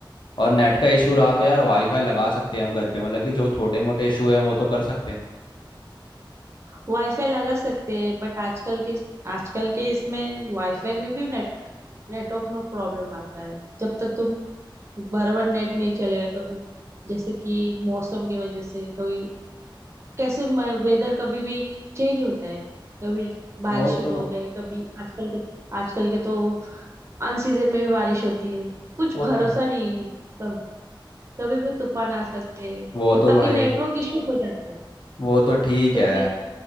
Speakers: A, on the left (about 65°); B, on the right (about 30°).
A: और नेट का इशू रहा तो यार वाईफाई लगा सकते हैं हम
B: हम्म
A: घर पे मतलब कि जो छोटे मोटे इशू है वो तो कर सकते हैं
B: वाईफाई लगा सकते हैं बट आजकल के आजकल के इसमें वाईफाई में भी नेट नेटवर्क में प्रॉब्लम आता है जब तक तुम बराबर नेट नहीं चलेगा कभी जैसे कि मौसम की वजह से कभी कैसे वेदर कभी भी चेंज होता है कभी बारिश
A: वो तो
B: शुरू हो गई कभी आजकल के आजकल के तो अनसीजन में भी बारिश होती है कुछ
A: वो
B: भरोसा
A: तो
B: नहीं है कब कभी भी तूफान आ सकते हैं
A: वो
B: तो
A: तो
B: तभी
A: भाई
B: नेटवर्क इशू हो जाते हैं
A: वो तो ठीक
B: तो
A: है
B: फिर